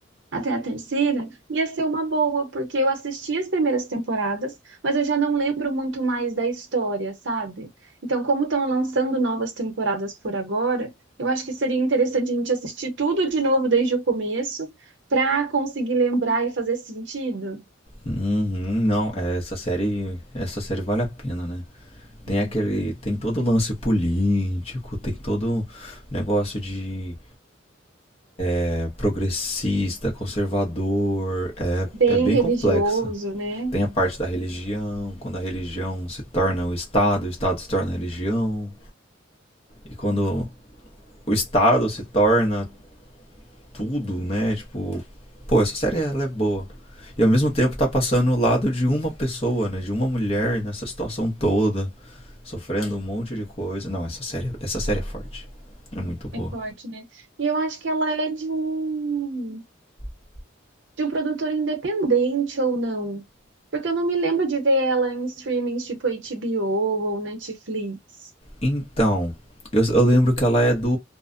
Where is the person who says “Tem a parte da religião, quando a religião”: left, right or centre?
Left